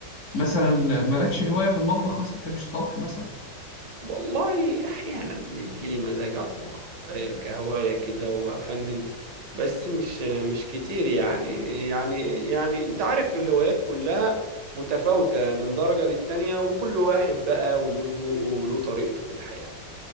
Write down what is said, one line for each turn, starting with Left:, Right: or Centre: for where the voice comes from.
Left: مثلا مالكش هواية في المطبخ مثلا تحبش الطبخ مثلا
Right: والله احيانا بيجي لي مزاج اطبخ آه، كهوايه كده وافنن بس مش مش كتير يعني يعني يعني انت عارف الهوايات كلها متفاوتة من درجة للتانية وكل واحد بقى وله ذوقه وله طريقته في الحياة